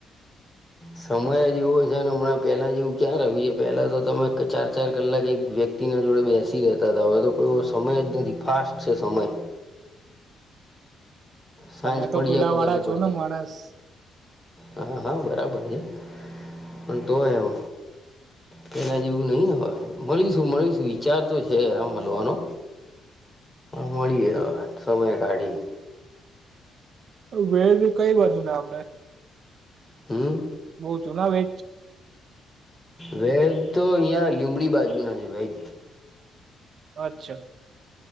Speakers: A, on the left; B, on the right.
A: હ. સમય જેવો છે ને, હમણાં પહેલા જેવું ક્યાં આવ્યું છે, પહેલા તો તમે ચાર-ચાર કલાક એક વ્યક્તિને જોડે બેસી રહેતા હતા, હવે તો કોઈ સમય જ નથી ફાસ્ટ છે સમય. સાંજ
B: તમે
A: પડીએ
B: તો પેલા
A: ખબર
B: વાળા
A: નહી
B: છો
A: પડતી.
B: ને માણસ
A: હા, હા, બરાબર છે. પણ તો એમ. પેલા જેવું નહીય મળીશું મળીશું વિચાર તો છે આ મળવાનો. મળીએે હવે સમય કાઢીને.
B: વેડની કઈ બાજુ ને આપડ.
A: હમ.
B: બઉ છું ના વે
A: વેજ તો અહિયાં લીમડી બાજુ ના છે વેજ.
B: અચ્છા.